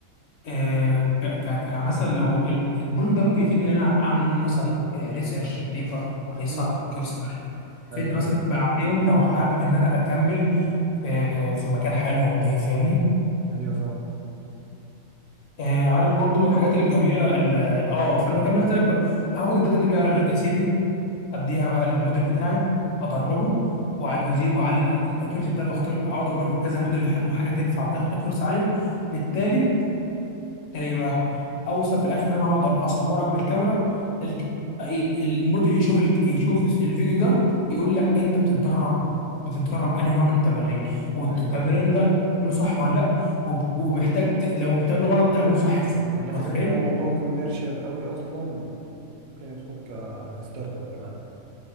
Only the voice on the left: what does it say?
آه ك- ك- كمثلا لو ال- البروجكت ده ممكن يفيدني ان انا اعمل منه مثلا ريسيرش بيبر كويسه
تبقى كيورس عليها
يفيدني مثلا
بعدين لو حابب ان انا اكمل آه، في مكان حلو ونضيف فاهمني
آه، عارف برضو من الحاجات الجميله ال- اه فانا ما كملت لك بقى هاخد الداتا دي بقى يا سيدي اديها بقى للموديل بتاعي ادربه واعيد وازيد واعلي ال- الاكيورسي بتاعته واختار اقعد اجرب كذا موديل لحد ما حاجه تنفع وتاخد اكيورسي عاليه بالتالي تلاقي بقى اوصل في الاخر ان انا هقدر اصورك بالكاميرا ال- ال- ال- الموديل يشوف ال- يشوف الفيديو ده يقول لك انت بتتدرب بتتدرب انهي نوع من التمارين والتمرين
ده بتعمله صح ولا لا وب- ومحتاج ت- لو بتعمله غلط تعمله صح ازاي
متخيل؟